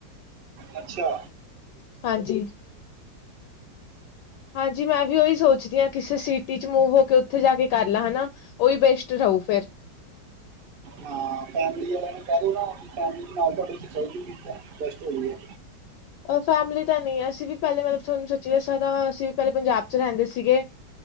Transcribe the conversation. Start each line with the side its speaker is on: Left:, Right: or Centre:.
Right: ਅੱਛਾ।
Left: ਹਾਂਜੀ ਹਾਂਜੀ ਮੈਂ ਵੀ ਉਹੀ ਸੋਚਦੀ ਹਾਂ ਕਿਸੇ ਸਿਟੀ ਚ ਮੂਵ ਹੋ ਕੇ ਉੱਥੇ ਜਾ ਕੇ ਕਰ ਲਾ, ਹਨਾ ਉਹੀ ਬੈਸਟ ਰਹੋ ਫੇਰ
Right: ਹਾਂ ਫੈਮਿਲੀ ਵਾਲਿਆਂ ਨੇ ਕਹਿ ਲ ਨਾ, ਫੈਮਿਲੀ ਨਾਲ ਤੁਹਾਡੇ ਐਡਜਸਟ ਹੋਊ, ਬੈਸਟ ੳਹੀ ਹੈ
Left: ਫੈਮਿਲੀ ਤਾਂ ਨਹੀਂ, ਅਸੀਂ ਵੀ ਪਹਿਲੇ ਮਤਲਬ ਤੁਹਾਨੂੰ ਸੱਚੀ ਦੱਸਾਂ ਤਾਂ ਅਸੀਂ ਵੀ ਪਹਿਲੇ ਪੰਜਾਬ 'ਚ ਰਹਿੰਦੇ ਸੀਗੇ